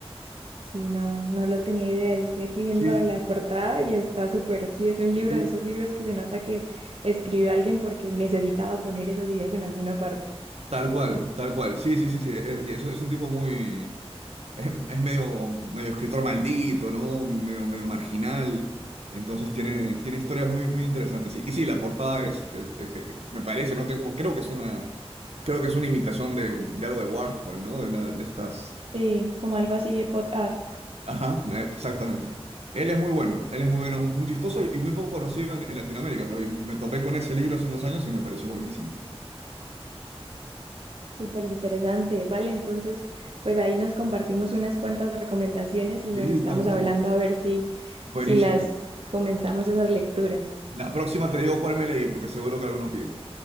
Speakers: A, on the right; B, on the right.
A: Y no, no lo tenía idea. Y estoy aquí viendo
B: Sí, sí,
A: la portada y está súper. Sí, es un libro
B: sí.
A: de esos libros que se nota que escribió alguien porque necesitaba poner esas ideas en alguna parte.
B: Tal cual, tal cual. Sí, sí, sí, sí. Eh, y Es, un- es un tipo muy, Es, es medio, medio escritor maldito, ¿no? Medio, medio marginal. Entonces tiene, tiene historias muy, muy interesantes. Y, y sí, la portada es, es- es- es- me parece, no tengo, creo que es una, creo que es una imitación de, de algo de Warhol, ¿no? De una de estas.
A: Sí, como algo así de pot art.
B: Ajá, de- exactamente. Él es muy bueno, él es muy bueno, muy chistoso y muy poco conocido en, en Latinoamérica, pero me topé con ese libro hace unos años y me pareció buenísimo.
A: Súper interesante. Vale, entonces, pues ahí nos compartimos unas cuantas recomendaciones y
B: Sí,
A: nos estamos
B: tal cual.
A: hablando a ver si,
B: Buenísimo.
A: si las comenzamos esas lecturas.
B: La próxima te digo cuál me leí, porque seguro que alguno pido.